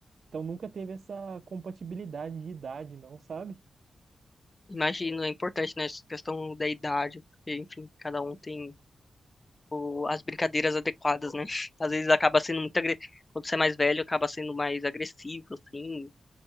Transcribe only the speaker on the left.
Imagino, é importante, né, essa questão da idade, porque, enfim, cada um tem o- as brincadeiras adequadas, né? <laughs> Às vezes acaba sendo muito agre... quando você é mais velho, acaba sendo mais agressivo, assim,